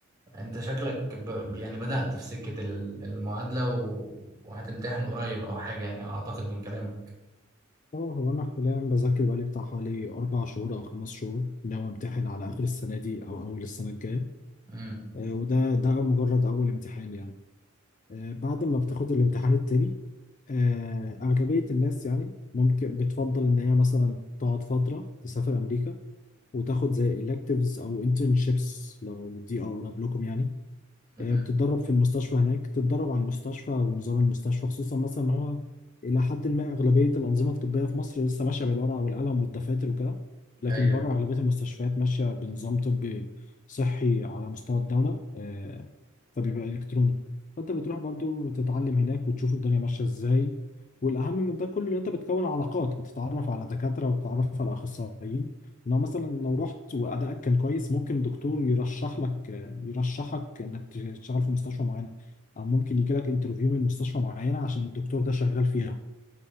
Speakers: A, on the right (about 15°); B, on the left (about 35°).
A: أنت شكلك ب... يعني بدأت في سكة ال- المعادلة و... وهتمتحن قريب أو حاجة يعني أعتقد من كلامك
B: اه هو أنا حاليا بذاكر بقالي بتاع حوالي أربع شهور أو خمس شهور ناوي أمتحن على آخر السنة دي أو أول السنة الجاية
A: امم
B: آه، وده ده مجرد أول امتحان يعني آه، بعد ما بتاخد الامتحان التاني آه، أغلبية الناس يعني ممكن بتفضل إن هي مثلا تقعد فترة تسافر أمريكا وتاخد زي electives أو internships لو دي أقرب لكم يعني
A: أمم.
B: آه، بتتدرب في المستشفى هناك تتدرب على المستشفى ونظام المستشفى خصوصا مثلا ان هو الى حد ما اغلبيه الانظمه الطبيه في مصر لسه ماشيه بالورقه والقلم والدفاتر وكده لكن
A: أيوه
B: بره اغلبيه المستشفيات ماشيه بنظام طبي صحي على مستوى الدوله آه، فبيبقى الكتروني فانت بتروح برضو تتعلم هناك وتشوف الدنيا ماشيه ازاي والاهم من ده كله ان انت بتكون علاقات بتتعرف على دكاتره وبتتعرف على اخصائيين لو مثلا لو رحت وادائك كان كويس ممكن دكتور يرشح لك يرشحك انك تشتغل في مستشفى معينه او ممكن يجي لك انترفيو من مستشفى معينه عشان الدكتور ده شغال فيها